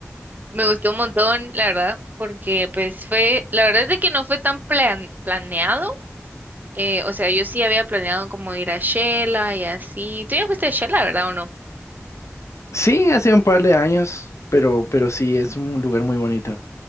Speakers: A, on the right (about 40°); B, on the left (about 80°).
A: Me gustó un montón, la verdad, porque pues fue, la verdad es de que no fue tan plan, planeado. eh, o sea, yo sí había planeado como ir a Shela y así. ¿Tú ya fuiste a Shela, verdad o no?
B: Sí, hace un par de años, pero, pero sí, es un lugar muy bonito.